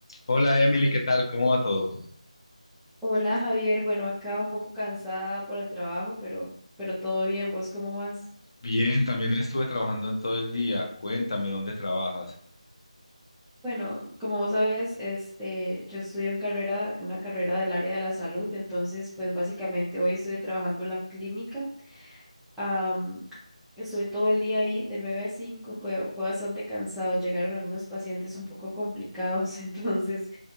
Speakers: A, on the left; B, in the centre.
A: Hola Emily, ¿qué tal? ¿Cómo va todo?
B: Hola Javier, bueno, acá un poco cansada por el trabajo, pero, pero todo bien, ¿vos cómo vas?
A: Bien, también estuve trabajando en todo el día. Cuéntame dónde trabajas.
B: Bueno, como vos sabes, este, yo estudio en carrera, una carrera del área de la salud, entonces pues básicamente hoy estuve trabajando en la clínica, am, estuve todo el día ahí de nueve a cinco fue, fue bastante cansado, llegaron algunos pacientes un poco complicados, <laughs> entonces